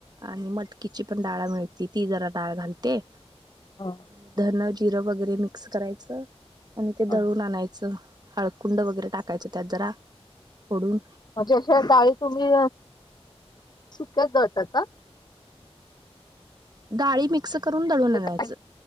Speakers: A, on the right; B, on the left.
A: आणि मटकीची पण डाळ मिळती ती जरा डाळ घालते.
B: अ
A: आणि धन जिरं वगैरे मिक्स करायचं. आणि ते
B: अ
A: दळून आणायचं. हळकुंड वगैरे टाकायच त्यात जरा फोडून
B: म्हणजे अशा डाळी तुम्ही चिकट दळता का?
A: डाळी मिक्स करून दळूनं
B: म्हणजे
A: आणायच
B: काही